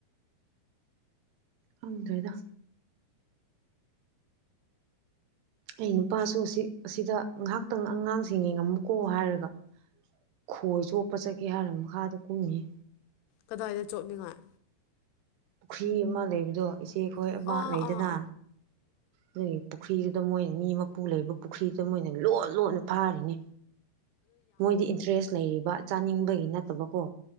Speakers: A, on the right; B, on the left.
A: ꯈꯪꯗ꯭ꯔꯦꯗ ꯑꯩ ꯅꯨꯄꯥꯁꯨ ꯑꯁꯤ ꯑꯁꯤꯗ ꯉꯥꯏꯍꯥꯛꯇꯪ ꯑꯉꯥꯡꯁꯤꯡ ꯌꯦꯡꯉꯝꯃꯨꯀꯣ ꯍꯥꯏꯔꯒ ꯈꯣꯏ ꯆꯣꯞꯄ ꯆꯠꯀꯦ ꯍꯥꯏꯔ ꯃꯈꯥꯗ ꯀꯨꯝꯒꯤꯌꯦ
B: ꯀꯗꯥꯏꯗ ꯆꯣꯠꯅꯤꯡꯉꯥꯏ
A: ꯄꯨꯈ꯭ꯔꯤ ꯑꯃ ꯂꯩꯕꯗꯣ ꯏꯆꯦ ꯈꯣꯏ
B: ꯗ꯭ꯔꯦꯁ
A: ꯑꯃ ꯂꯩꯗꯅ ꯃꯣꯏꯒꯤ ꯄꯨꯈ꯭ꯔꯤꯗꯨꯗ ꯃꯣꯏ ꯃꯤ ꯃꯄꯨ ꯂꯩꯕ ꯄꯨꯈ꯭ꯔꯤꯗ ꯃꯣꯏꯅ ꯂꯣꯠ ꯂꯣꯠꯅ ꯐꯥꯔꯤꯅꯦ ꯃꯣꯏꯗꯤ ꯏꯟꯇꯔꯦꯁ ꯂꯩꯔꯤꯕ ꯆꯥꯅꯤꯡꯕꯒꯤ ꯅꯠꯇꯕꯀꯣ